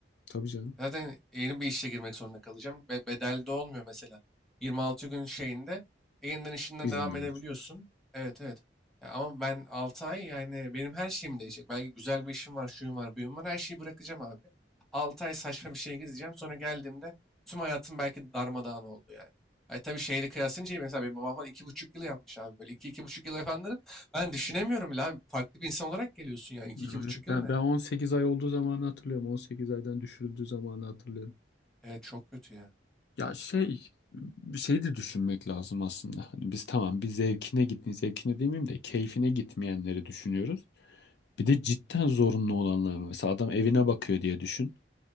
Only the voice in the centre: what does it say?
Zaten yeni bir işe girmek zorunda kalacağım. Be bedelde olmuyor mesela. 26 gün şeyinde e, yeniden işinden
devam edebiliyorsun.
Evet evet. Ya ama ben 6 ay yani benim her şeyim değişecek. Belki güzel bir işim var, şuyum var, buyum var. Her şeyi bırakacağım abi. 6 ay saçma bir şeye gideceğim. Sonra geldiğimde tüm hayatım belki darmadağın oldu yani. Ay tabii şeyle kıyaslayınca iyi. mesela benim babam falan iki buçuk yıl yapmış abi. Böyle iki iki buçuk yıl yapanları ben düşünemiyorum bile abi. Farklı bir insan olarak geliyorsun ya. iki iki
buçuk yıl
ne?
Evet çok kötü ya.